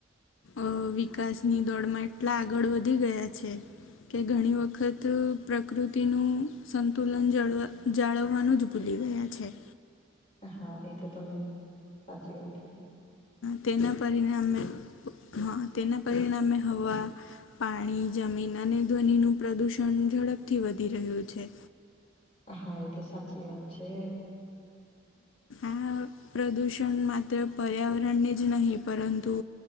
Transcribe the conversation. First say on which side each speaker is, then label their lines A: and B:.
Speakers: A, on the left; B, on the left.
A: અ વિકાસની દોડમાં એટલા આગળ વધી ગયા છે કે ઘણી વખત પ્રકૃતિનું સંતુલન જાળવવાનું જ ભૂલી ગયા છે છે
B: હા એ તો તમે સાચી વાત કીધી
A: તેના પરિણામે હા તેના પરિણામે હવા પાણી, જમીન અને ધ્વનિનું પ્રદૂષણ ઝડપથી વધી રહ્યું છે
B: હા એ તો સાચી વાત છે
A: આ પ્રદૂષણ માત્ર પર્યાવરણને જ નહીં પરંતુ